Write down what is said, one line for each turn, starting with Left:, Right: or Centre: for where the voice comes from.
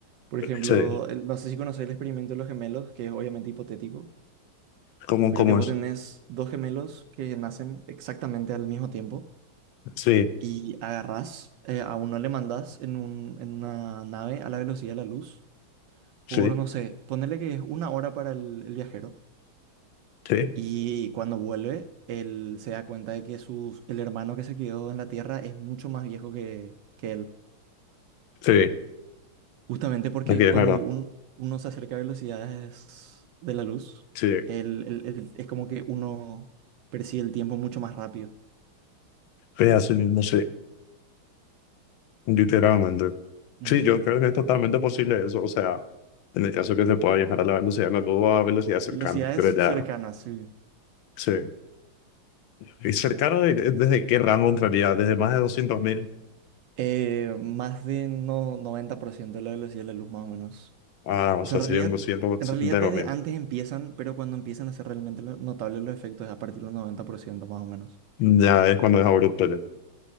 Right: Por ejemplo,
Left: Sí,
Right: el- no sé si conoces el experimento de los gemelos, que es obviamente hipotético,
Left: ¿cómo,
Right: pero
Left: cómo
Right: que vos
Left: es?
Right: tenés dos gemelos que nacen exactamente al mismo tiempo
Left: Sí,
Right: y agarrás, eh, a uno le mandás en un, en una nave a la velocidad de la luz por,
Left: sí,
Right: no sé, ponerle que es una hora para el el viajero
Left: sí,
Right: Y cuando vuelve, él se da cuenta de que sus- el hermano que se quedó en la Tierra es mucho más viejo que, que él.
Left: sí.
Right: Justamente porque
Left: Aquí es
Right: cuando
Left: verdad.
Right: un- uno se acerca a velocidades de la luz,
Left: Sí,
Right: el- el- el- es como que uno percibe el tiempo mucho más rápido.
Left: es así mismo, sí. Literalmente.
Right: Ujú.
Left: Sí, yo creo que es totalmente posible eso. O sea, en el caso que se pueda viajar a la velocidad de la luz o a velocidad cercana,
Right: Velocidades
Left: pero
Right: cercanas,
Left: ya,
Right: sí.
Left: sí. ¿Y cercano de- desde qué rango entraría? Desde más de doscientos mil
Right: Eh, más de no, 90% de la velocidad de la luz, más o menos.
Left: ah
Right: O
Left: o sea,
Right: sea, en realidad,
Left: serían doscientos
Right: en
Left: setenta
Right: realidad desde
Left: mil
Right: antes empiezan, pero cuando empiezan a ser realmente lo- notables los efectos es a partir del ciento más o menos.
Left: Ya es cuando es abrupto. ya.